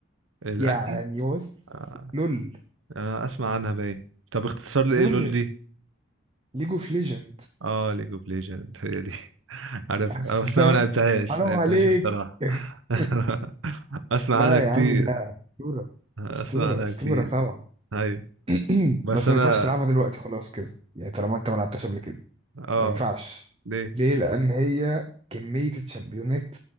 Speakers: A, on the right (about 80°); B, on the right (about 30°).
A: الانمي
B: يعني بص
A: آه،
B: لول
A: آه، اسمع عنها باين طب اختصار لايه
B: لول
A: لول دي
B: ليج اوف ليجند
A: اه ليج اوف ليجند هي دي <laughs> عارفها
B: <laughs>
A: آه، بس انا ما لعبتهاش
B: حرام
A: ما لعبتهاش
B: عليك
A: الصراحه
B: <laughs>
A: <laughs> اسمع
B: لا
A: عنها كتير
B: يا عم ده اسطوره
A: اسمع
B: اسطوره
A: عنها
B: اسطوره
A: كتير
B: طبعا
A: ايوه
B: <clears throat>
A: بس
B: بس
A: انا
B: ما ينفعش تلعبها دلوقتي خلاص كده يعني طالما انت ما لعبتهاش قبل كده
A: اه
B: ما ينفعش
A: ليه
B: ليه لان هي كميه الشامبيونات